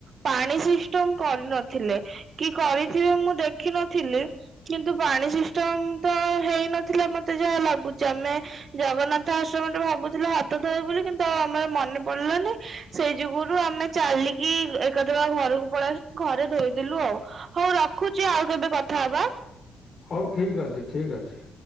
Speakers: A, on the right (about 50°); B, on the left (about 45°).
A: ପାଣି ସିଷ୍ଟମ କରିନଥିଲେ। କି କରିଥିବେ ମୁଁ ଦେଖିନଥିଲି କିନ୍ତୁ ପାଣି ସିଷ୍ଟମ ତ ହେଇନଥିଲା ମତେ ମୋତେ ଯାହା ଲାଗୁଚି, ଆମେ ଜଗନ୍ନାଥ ଆଶ୍ରମରେ ଭାବୁଥିଲୁ ହାତ ଧୋଇ ହବୁ ବୋଲି କିନ୍ତୁ ଆଉ ଆମର ମନେ ପଡିଲାନି। ସେଇ ଯୋଗୁରୁ ଆମେ ଚାଲିକି ଏକାଥରେ ଘରକୁ ପଳେଇଆ ଘରେ ଧୋଇଦେଲୁ ଆଉ। ହଉ ରଖୁଚି ଆଉ କେବେ କଥା ହବା।
B: ହଉ ଠିକ୍ ଅଛି, ଠିକ୍ ଅଛି।